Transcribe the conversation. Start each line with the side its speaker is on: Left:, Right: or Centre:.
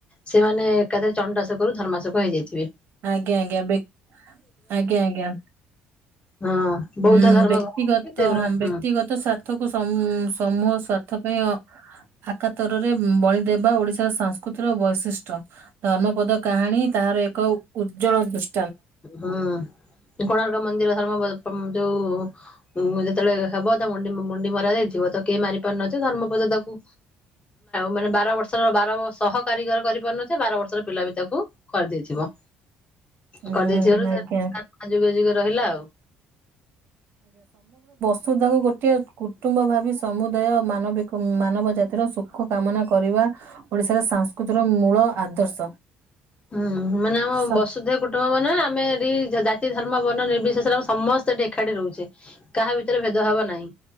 Left: ସେମାନେ ଏକାଥରେ ଚଣ୍ଡାଶୋକରୁ ଧର୍ମାସକ ହୋଇଯାଇଥିବେ।
Right: ଆଜ୍ଞା ଆଜ୍ଞା ବ୍ୟକ୍ ଆଜ୍ଞା ଆଜ୍ଞା
Left: ହଁ ବୌଦ୍ଧ
Right: ହୁଁ
Left: ଧର୍ମ
Right: ବ୍ୟକ୍ତିଗତ
Left: ଗ୍ରହଣ କରି ସେ ପୁରା
Right: ହଁ ବ୍ୟକ୍ତିଗତ
Left: ହୁଁ
Right: ସ୍ୱାର୍ଥକୁ ସମ୍ ସମୂହ ସ୍ୱାର୍ଥ ପାଇଁ ଅ ଆକାତରରେ ବଳି ଦେବା ଓଡିଶାର ସାସ୍କୃତିର ବୈଶିଷ୍ଟ୍ୟ। ଧର୍ମପଦ କାହାଣୀ ତାହାର ଏକ ଉ ଉଜ୍ଜ୍ୱଳ ଦୃଷ୍ଟ
Left: ହୁଁ କୋଣାର୍କ ମନ୍ଦିର ଧର୍ମପଦ ଯୋଉ ଉଁ ଯେତେବେଳେ ହେବ ତା ମୁଣ୍ଡି ମୁଣ୍ଡି ମରା ଯାଇଥିବ ତ କେହି ମାରି ପାରୁନଥବେ ଧର୍ମପଦ ତାକୁ ମାନେ ବାର ବର୍ଷର ବାର ସହ କାରିଗର କରିପାରୁନଥିଲେ ବାର ବର୍ଷର ପିଲା ବି ତାକୁ କରିଦେଇଥିବ।
Right: ଉଁ
Left: କରିଦେଇଥିବାରୁ <unintelligible>
Right: ଆଜ୍ଞା।
Left: ଯୁଗେ ଯୁଗେ ରହିଲା ଆଉ।
Right: ସ୍ତୁ କୁ ଗୋଟିଏ କୁ କୁଟୁମ୍ବ ଭାବି ସମୁଦାୟ ମାନବିକ ମାନବ ଜାତିର ସୁଖ କାମନା କରିବା ଓଡ଼ିଶାର ସାଂସ୍କୃତିର ମୂଳ ଆଦର୍ଶ।
Left: ହୁଁ ମାନେ ଆମ
Right: ସତ
Left: ବସୁଧୈବ କୁଟୁମ୍ବ ମାନେ ଆମେ ଜାତି ଧର୍ମ ବର୍ଣ୍ଣ ନିର୍ବିଶେଷରେ ସମସ୍ତେ ଏଠି ଏକାଠି ରହୁଛେ କାହା ଭିତରେ ଭେଦଭାବ ନାହିଁ